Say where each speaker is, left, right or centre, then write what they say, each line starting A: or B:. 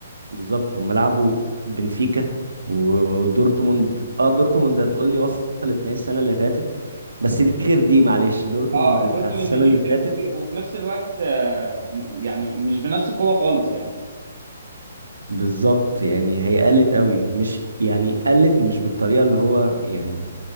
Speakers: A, on the right; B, on the right.
A: بالظبط هم لعبوا بنفيكا و- ودورتموند اه دورتموند هتقول لي وصلت نهائي السنه اللي فاتت بس دي غير دي معلش دورتموند
B: اه
A: بتاعت
B: دورتموند
A: السنه
B: دي
A: اللي
B: كتير
A: فاتت
B: فيه، وفي نفس الوقت آه، م- يعني مش بنفس القوة خالص يعني
A: بالظبط يعني هي قلت قوي مش يعني قلت مش بالطريقة اللي هو يعني